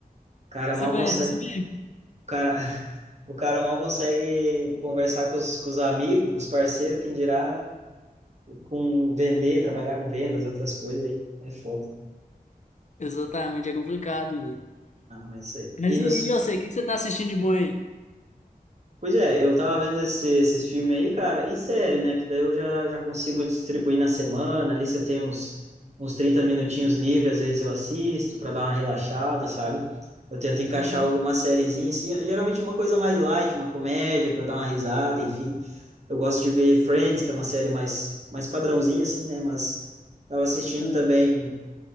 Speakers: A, on the right (about 45°); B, on the left (about 50°).
A: cara
B: Você
A: mal
B: conhece
A: consegue.
B: esse meme?
A: O cara, <laughs> o cara mal consegue conversar com os, com os amigos, com os parceiros, quem dirá com vender, trabalhar com vendas e outras coisas aí. É foda.
B: Exatamente, é complicado, mano.
A: Ah, mas é-
B: Mas
A: e
B: e
A: nos
B: aí, eu sei, o que que você tá assistindo de bom aí?
A: Pois é, eu tava vendo esse, esses filmes aí, cara, e série, né? Que daí eu já, já consigo distribuir na semana. Ali, se eu tenho uns, uns 30 minutinhos livres, às vezes eu assisto para dar uma relaxada, sabe? Eu tento encaixar
B: Uhum.
A: alguma sériezinha, assim, é geralmente uma coisa mais light, uma comédia, para dar uma risada, enfim. Eu gosto de ver Friends, que é uma série mais, mais padrãozinha, assim, né? Mas tava assistindo
B: Pouco.
A: também